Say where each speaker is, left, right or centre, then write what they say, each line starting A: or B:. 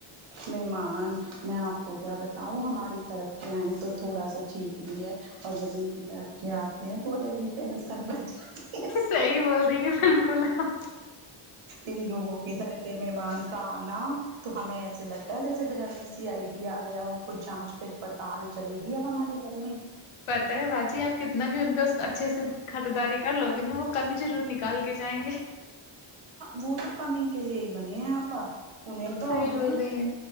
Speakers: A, on the right; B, on the left.
A: مہمان میں آپ کو کیا بتاؤں ہماری طرف کے آئئے تو تھوڑا سا ٹھیک بھی ہے اور جب ان کی طرف کے آتے ہیں تو الگ ہی ٹینسن بچ جاتے ہے
B: صحیح بول رہی ہے بالکل آپ
A: ان لوگوں کے ادھر کے مہمان کا آنا تو ہمیں ایسے لگتا ہے جیسے گھر میں سی آئ دی آ گیا وہ کچھ جانچ پیچ پڑتال چلے گی اب ہمارے گھر میں
B: پتاہ ہے باجی آپ کتنا بھی ان کا اچھے سے ان کی خطرداری کا لوگ ہے وہ کمی ضرور نکال کے جائیں گے
A: وہ تو کمی کے لیے ہی بنے ہیں آپا انہیں تو
B: صحیح
A: ہمیں
B: بول رہی ہیں